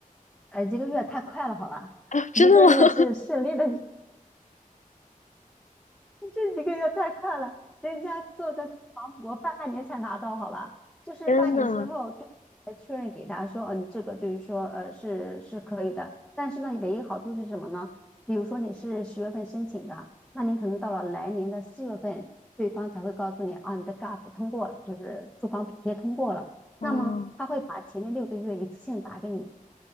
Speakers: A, in the centre; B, on the left.
A: 呃，一个月太快了，好吧？
B: 啊？真的吗？
A: 一个月是顺利的，
B: <laughs>
A: <laughs> 这几个月太快了，人家做个房补，半年才拿到，好吧？就是半年之后对才确认给他说，
B: 天呐，
A: 嗯、你这个就是说，呃，是是可以的。但是呢，唯一好处是什么呢？比如说你是十月份申请的，那你可能到了来年的四月份，对方才会告诉你，啊，你的 GAP 通过了，就是住房补贴通过了。
B: 哦，
A: 那么他会把前面六个月一次性打给你。